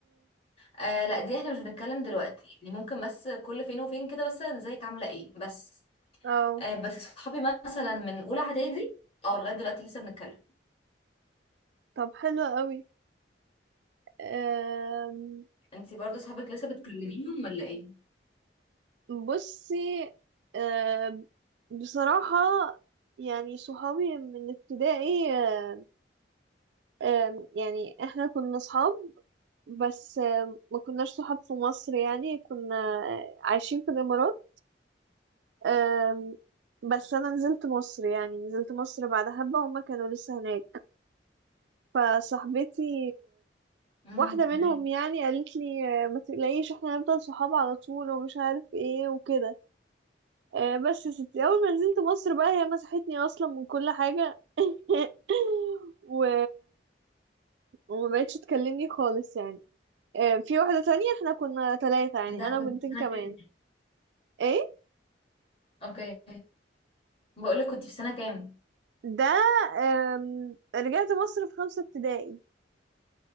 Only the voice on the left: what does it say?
آه لا دي احنا مش بنتكلم دلوقتي يعني ممكن بس كل فين وفين كده بس ازيك عامله ايه بس
آه، بس صحابي مثلا من اولى اعدادي اه لغايه دلوقتي لسه بنتكلم
انتي برضو صحابك لسه بتكلميهم ولا ايه
امم
تمام.
ده
كنت
في سنه
كام
اوكي بقول لك كنت في سنه كام